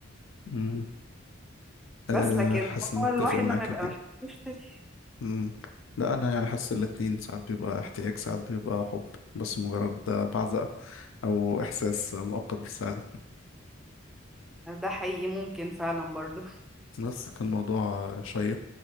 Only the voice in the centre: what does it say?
بس لكن
هو
الواحد
لما يبقى
محتاج يشتري
ده حقيقي ممكن فعلا برضه